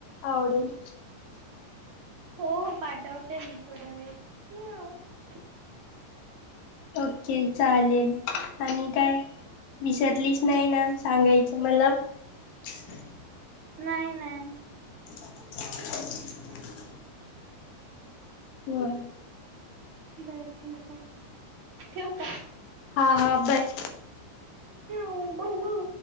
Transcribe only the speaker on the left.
आवडेल.
ओके चालेल आणि काय विसरलीस नाही ना सांगायचं मला <inaudible>
<unintelligible> होय.
हा हा बय